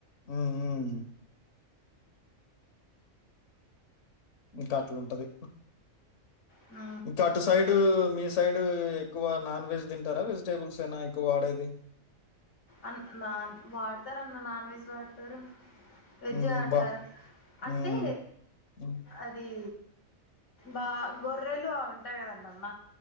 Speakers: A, on the left (about 60°); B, on the left (about 80°).
A: ఉమ్ ఉమ్ ఇంకా అట్ల ఉంటది
B: ఆ
A: ఇంకా అటు సైడు మీ సైడు ఎక్కువ నాన్ వెజ్ తింటార వెజిటేబుల్స్ ఏనా ఎక్కువ వాడేది
B: అన్ నాన్ వాడతరు అన్న నాన్ వెజ్ వాడతారు వెజ్జ్
A: హ్మ్.
B: వాడతారు
A: బా
B: అంటే
A: హ్మ్. హ్మ్.
B: అది బాగ గొర్రెలు ఉంటాయి కదండి అన్న